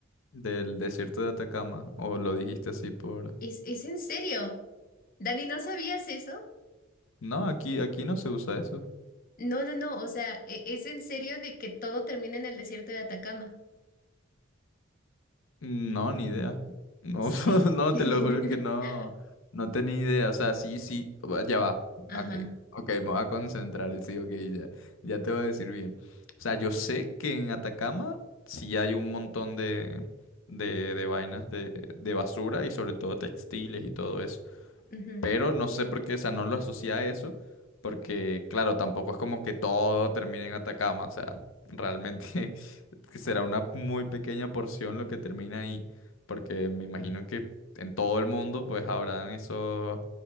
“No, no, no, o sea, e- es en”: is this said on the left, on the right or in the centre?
Left